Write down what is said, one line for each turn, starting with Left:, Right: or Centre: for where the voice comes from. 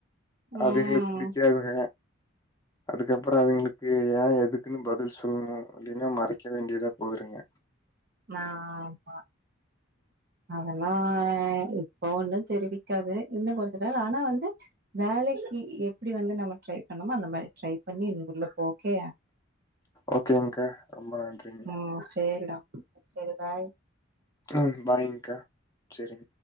Right: ம்
Left: அவிங்களுக்கு புடிக்காதுங்க
Right: <inaudible>
Left: அதுக்கப்புறோ அவிங்களுக்கு ஏ எதுக்குன் பதில் சொல்னு இல்லைனா மறைக்க வேண்டியதா‌ போயிருங்க
Right: <inaudible> ஆமா அதெல்லா இப்ப ஒன்னு தெரிவிக் க்காது இன்னு கொஞ்ச நேரா ஆனா வந்து வேலைக்கு எப்டி வந்து நம்ம ட்ரை பண்ணோமோ அந்த மாரி ட்ரை பண்ணி உள்ள போக‌ ஓகேயா
Left: ஓகேங்க்கா ரொம்ப நன்றி
Right: ம் சேரிடா சேரி பாய்
Left: ம் பாய்ங்க்கா செரி